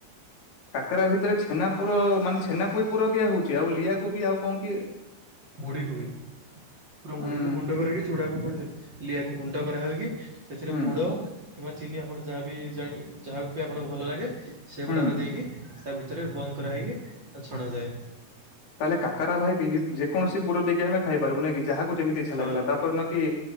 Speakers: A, on the left; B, on the right.
A: କାକରା ଭିତରେ ଛେନା ପୁର ମାନେ, ଛେନାକୁ ବି ପୁର ଦିଆ ହଉଛି ଆଉ ଲିଆକୁ ବି ଆଉ କଣ କି
B: ମୁଢ଼ି କୁ ବି, ପୁରା ମୁଢ଼ି
A: ହୁଁ
B: କୁ ଗୁଣ୍ଡ କରି କି, ଚୁଡାକୁ ଗୁଣ୍ଡ ଲିଆକୁ ଗୁଣ୍ଡ କରାହଉକି, ସେଥିରେ
A: ହୁଁ
B: ଗୁଡ କିମ୍ବା ଚିନି ଆପଣ ଯାହାବି ବି ଜା ଯାହା ବି ଆପଣଙ୍କୁ ଭଲ ଲାଗେ ସେଗୁଡାକ
A: ହୁଁ
B: ଦେଇକି ତା ଭିତରେ ବନ୍ଦ କରାହେଇକି ଛଣା ଯାଏ।
A: ତାହେଲେ କାକରା ଭାଇ ଯେକୌଣ ପୁର ଦେଇକି ଆମେ ଖାଇପାରିବୁ ନେଇ କି? ଗୋଟେ ମିନିଟ ଇଚ୍ଛା
B: ହଁ
A: ଲାଗିଲା। ତାପର ଦିନ କି-